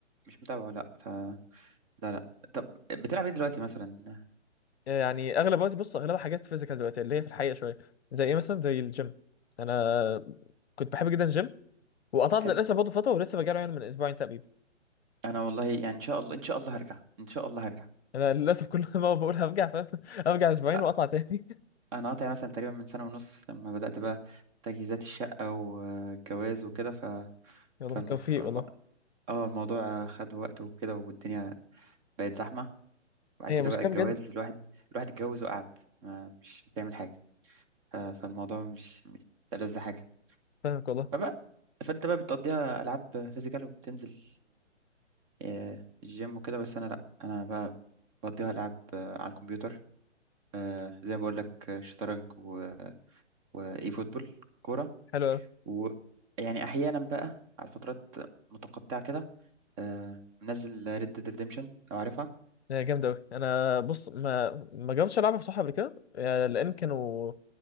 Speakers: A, on the right; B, on the left.
A: مش متابعه لا ف لا لا طب بتلعب ايه دلوقتي مثلا
B: يعني اغلب وقتي بص اغلبها حاجات فيزيكال دلوقتي اللي هي في الحقيقه شويه زي ايه مثلا زي الجيم انا كنت بحب جدا الجيم وقطعت
A: حلو
B: للاسف برضه فتره ولسه برجع له يعني من اسبوعين تقريبا
A: انا والله يعني ان شاء الله ان شاء الله هرجع ان شاء الله هرجع
B: انا للاسف كل <laughs> ما بقول هرجع فاهم <laughs> ارجع اسبوعين
A: أ-
B: واقطع تاني
A: انا قاطع مثلا تقريبا من سنة ونص لما بدأت بقى تجهيزات الشقة والجواز وكده ف
B: <laughs> يلا
A: فالمف...
B: بالتوفيق
A: الم...
B: والله
A: اه الموضوع خد وقت وكده والدنيا بقت زحمة بعد
B: هي
A: كده
B: مشكله
A: بقى الجواز
B: بجد
A: الواحد الواحد اتجوز وقعد ما مش بتعمل حاجة ف... فالموضوع مش مش ألذ حاجة
B: فاهمك والله
A: فبقى فانت بقى بتقضيها العاب فيزيكال وبتنزل آه، الجيم وكده بس انا لا انا بقى بقضيها العاب آه، على الكمبيوتر آه، زي ما بقول لك آه، شطرنج و... واي فوتبول كوره
B: حلو قوي
A: ويعني احيانا بقى على فترات متقطعه كده آه، منزل ريد ديد ريديمشن لو عارفها
B: هي جامده قوي انا بص ما ما جربتش العبها بصراحه قبل كده يعني لان كانوا